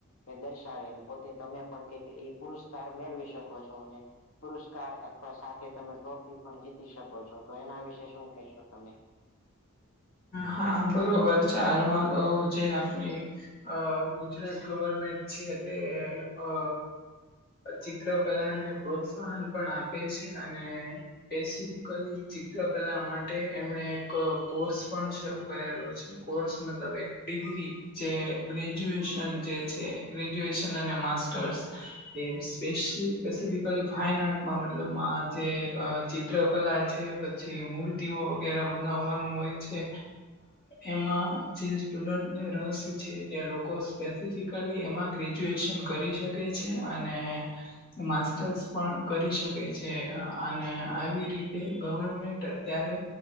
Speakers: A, on the left; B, on the left.
A: તે દર્શાવીને પોતે તમે પણ કંઈકએ પુરસ્કાર મેળવી શકો. છો, પુરસ્કાર અથવા સાથે તમે ટ્રોફી પણ જીતી શકો છો, તો એના વિશે શું કેશો તમે.
B: હા બરોબર છે, હાલમાં તો જે આપણી અ ગુજરાત ગવર્મેન્ટ છે, તે અ ચિત્રકલાને પ્રોત્સાહન પણ આપે છે, અને સેફિકલી ચિત્રકલા માટે એમણે એક કોર્સ. પણ શરૂ કરેલો છે કોર્સ મતલબ એક ડિગ્રી જે ગ્રેજ્યુએશન જે છે. ગ્રેજ્યુએશન અને માસ્ટર્સ તે સ્પેસિફિકલી ફાઈન આર્ટમાં મતલબ જે ચિત્રકલા છે પછી મૂર્તિઓ વગેરે બનાવવાનું હોય છે. એમાં જે સ્ટુડન્ટને રસ છે તે લોકો સ્પેસિફિક કલી એમાં ગ્રેજ્યુએશન કરી શકે છે અને માસ્ટર્સ પણ કરી શકે છે. અને આવી રીતે ગવર્મેન્ટ અત્યારે